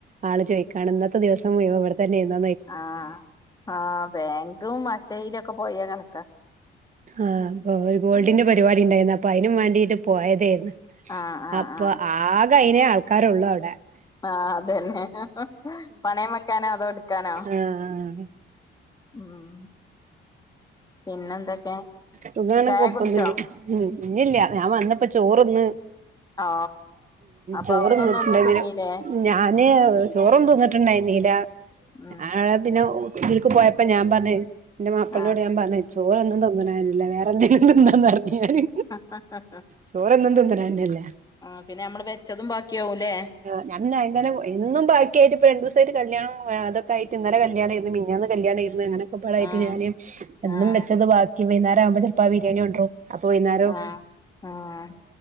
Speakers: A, on the right; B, on the left.
A: ആള് ചോദിക്കാണ് ഇന്നത്തെ ദിവസ മയുവനും ഇവിടെ തന്നെ ഇന്ന്
B: ആഹ ആഹ ബാങ്കും അക്ഷയിലൊക്കെ പോയാ കണക്കാ
A: ആഹ് അപ്പൊ ഒരു ഗോൾഡിന്റെ
B: ഉം
A: പരിപാടി ഉണ്ടായിരുന്നു അപ്പൊ അയിന് വേണ്ടിട്ട് പോയതായിരുന്നു
B: ആ്ഹ് ആഹ ആഹ
A: അപ്പൊ ആക അയ്നേ ആൾക്കാരള്ളൂ അവിടെ
B: ആഹ അതന്നെ പണയം വെക്കാനോ അതോ ടുക്കാനോ
A: ആഹ്
B: ഉം പിന്നെ എന്തൊക്കെ
A: സുഖാണ്
B: ചായ
A: കൊഴപ്പൊന്നുല്ല
B: കുടിച്ചോ
A: ഉം ഇന്നില്ല ഞാൻ വന്നപ്പോ ചോറു തിന്ന്
B: ആ അപ്പൊ
A: ചോറ്ന്നിട്ടുണ്ടെങ്കിലും
B: അവിടെന്ന് ഒന്ന് ഒന്നും തിന്നീല്ലേ
A: ഞാന് ചോറും തിന്നിട്ടുണ്ടായില്ല
B: ഉം
A: ആ പിന്നെ ഇതിലേക്ക് പോയപ്പോ ഞാൻ പറഞ്ഞ് എന്റെ മാപ്പിളിനോട്
B: ആഹ്
A: ഞാൻ പറഞ്ഞേ ചോറൊന്നും തിന്നുന്നതല്ലേ വേറെ എന്തെങ്കിലും തിന്നാന്ന് പറഞ്ഞു ഞാന്
B: <unintelligible>
A: ചോറൊന്നും തിനന്ന്ണല്ലേ
B: ആ പിന്നെ നമ്മൾ വെച്ചതും ബാക്കിയാവുല്ലേ
A: ആ ഞാ അ ഇന്നെ എന്നും ബാക്കിയിട്ട് ഇപ്പ രണ്ട്സയിട്ട് കല്യാണം അതൊക്കെയിട്ട് ഇന്നലെ കല്യാണം ഇത് മി ഞാന്ന് കല്യാണെയിരുന്നു ഇരുന്നുങ്ങനൊക്കൊപ്പാടയിട്ട്
B: ആഹ്
A: ഞാൻ ഞാനു എന്നും
B: ആഹ്
A: വെച്ചത് ബാക്കി വൈകുന്നേരം ആവുമ്പോൾ ഇപ്പോ ബിരിയാണിണ്ടരും അപ്പൊ വൈന്നേരം
B: ആഹ് ആഹ്